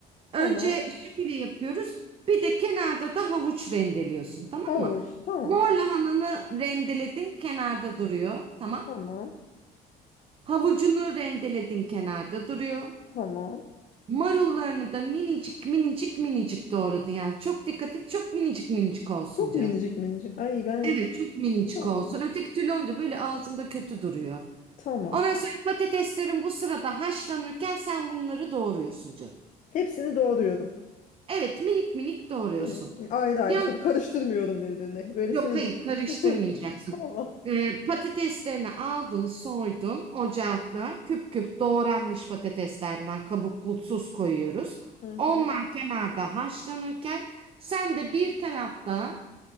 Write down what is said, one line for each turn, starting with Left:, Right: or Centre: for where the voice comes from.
Left: Tamam.
Right: Önce şöyle yapıyoruz. Bir de kenarda da havuç rendeliyorsun tamam
Left: Havuç.
Right: mı?
Left: Tamam.
Right: Mor lahananı rendeledin kenarda duruyor tamam.
Left: Tamam.
Right: Havucunu rendeledin kenarda duruyor.
Left: Tamam.
Right: Marullarını da minicik minicik minicik doğradın yani. Çok dikkat et çok minicik minicik olsun
Left: Çok
Right: canım.
Left: minicik minicik. Ay ben
Right: Evet çok minicik
Left: tamam.
Right: olsun. Öteki türlü olunca böyle ağzında kötü duruyor.
Left: Tamam.
Right: Ondan sonra patateslerin bu sırada haşlanırken sen bunları doğruyorsun canım.
Left: Hepsini doğruyorum.
Right: Evet minik minik doğruyorsun.
Left: Yani ayrı ayrı
Right: Yanlış.
Left: tabii karıştırmıyorum birbirine. Böyle
Right: Yok
Left: senin
Right: hayır
Left: gibi.
Right: karıştırmayacaksın.
Left: <laughs> Tamam.
Right: Ee, patateslerini aldın soydun ocakla küp küp doğranmış patateslerden kabuklusuz koyuyoruz.
Left: Hı hı.
Right: Onlar kenarda haşlanırken sen de bir tarafta